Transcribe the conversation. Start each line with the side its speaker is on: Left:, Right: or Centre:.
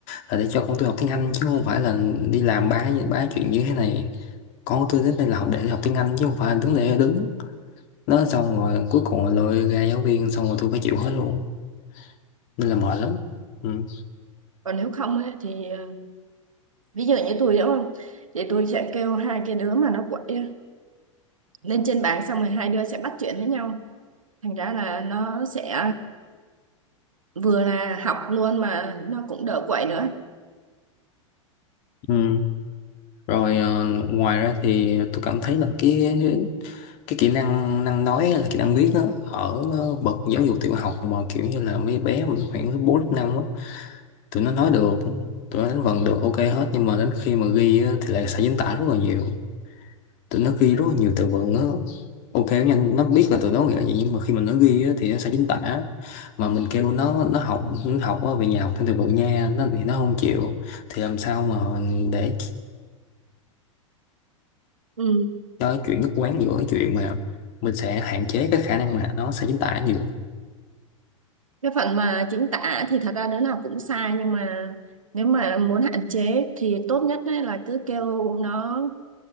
Left: là để cho con tôi học tiếng Anh chứ không phải là đi làm bá bá chuyện như thế này con của tôi đến đây là học để học tiếng Anh chứ không phải là đứng để đứng nó xong rồi cuối cùng là lôi ra giáo viên xong rồi tôi phải chịu hết luôn nên là mệt lắm ừ.
Right: còn nếu không á, thì ờ, ví dụ như tôi đúng không thì tôi sẽ kêu hai cái đứa mà nó quậy á, lên trên bảng xong rồi hai đứa sẽ bắt chuyện với nhau thành ra là nó sẽ vừa là học luôn mà nó cũng đỡ quậy nữa
Left: Ừ. rồi ờ, ngoài ra thì tôi cảm thấy là cái cái kỹ năng năng nói là kỹ năng viết á ở ờ, bậc giáo dục tiểu học mà kiểu như là mấy bé mà khoảng lớp 4, lớp 5 á tụi nó nói được tụi nó đánh vần được ok hết nhưng mà đến khi mà ghi á, thì lại sai chính tả rất là nhiều tụi nó ghi rất là nhiều từ vựng nó ok nó nhanh nó biết là từ đó nghĩa là gì nhưng mà khi mà nó ghi á, thì nó sẽ chính tả mà mình kêu nó nó học nó học á, về nhà học thêm từ vựng nha nó thì nó không chịu thì làm sao mà để
Right: ừ.
Left: cho cái chuyện nhất quán giữa cái chuyện mà mình sẽ hạn chế cái khả năng mà nó sẽ chính tả nhiều
Right: cái phần mà chính tả thì thật ra đứa nào cũng sai nhưng mà nếu mà muốn hạn chế thì tốt nhất á là cứ kêu nó